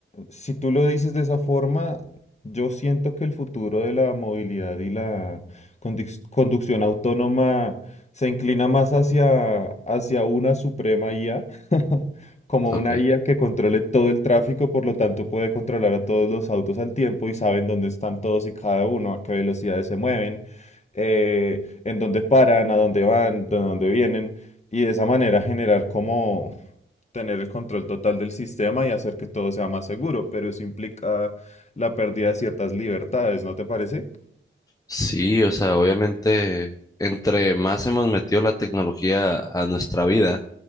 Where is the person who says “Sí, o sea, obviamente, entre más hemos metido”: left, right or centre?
Left